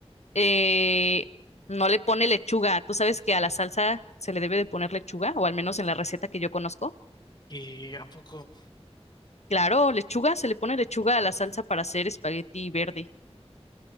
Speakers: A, on the left; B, on the left.
A: eh, no le pone lechuga. ¿Tú sabes que a la salsa se le debe de poner lechuga? O al menos en la receta que yo conozco.
B: ¿Y a poco?
A: Claro, lechuga, se le pone lechuga a la salsa para hacer espagueti verde.